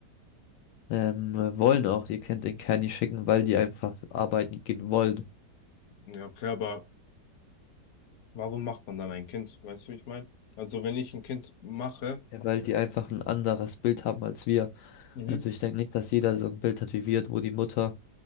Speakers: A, on the left (about 75°); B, on the left (about 60°).
A: ähm, wollen auch. Ihr könnt den Candy schicken, weil die einfach arbeiten gehen wollen.
B: Ja, okay, aber warum macht man dann ein Kind? Weißt du, wie ich meine? Also wenn ich ein Kind mache,
A: Ja. Weil die einfach ein anderes Bild haben als wir.
B: Mhm.
A: Also ich denke nicht, dass jeder so ein Bild hat wie wir, wo die Mutter